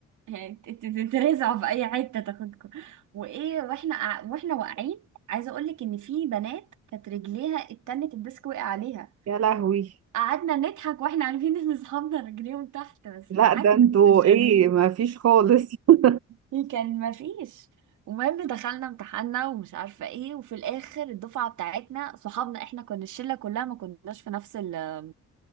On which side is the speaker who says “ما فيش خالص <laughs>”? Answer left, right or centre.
Right